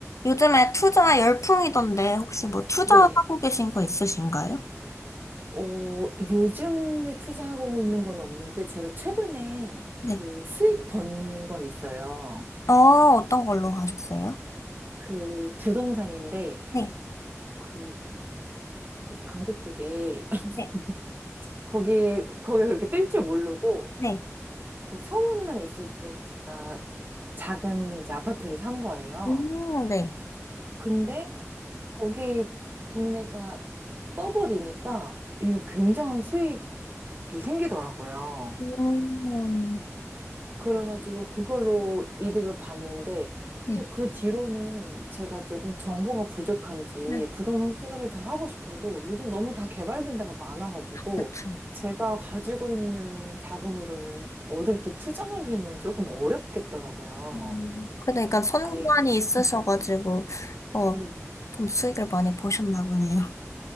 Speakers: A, on the left; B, on the right.
A: 요즘에 투자 열풍이던데 혹시 뭐 투자하고
B: 네.
A: 계신 거 있으신가요?
B: 어, 요즘에 투자하고 있는 건 없는데, 제가 최근에
A: 네.
B: 그 수익 번 건 있어요.
A: 어, 어떤 걸로 하셨어요?
B: 그 부동산인데,
A: 네.
B: 그 광교 쪽에, <laughs>
A: 네.
B: 거기에, 거기에 그렇게 뜰 줄 모르고,
A: 네.
B: 그러니까 소문만 있을 때 제가 작은 이제 아파트를 산 거예요.
A: 음, 네.
B: 근데 거기 동네가 떠버리니까 이게 굉장한 수익이 생기더라고요.
A: 음,
B: 그래가지고 그걸로 이득을 봤는데 사실
A: 네.
B: 그 뒤로는 제가 조금 정보가 부족한지
A: 네.
B: 부동산 투자를 더 하고 싶어도 요즘 너무 다 개발된 데가 많아가지고
A: 그쵸.
B: 제가 가지고 있는 자금으로는 어딜 또 투자하기는 조금 어렵겠더라고요.
A: 음, 그러니까 선관이
B: 아예.
A: 있으셔가지고,
B: 음,
A: 어,
B: 네.
A: 좀 수익을 많이 보셨나 보네요.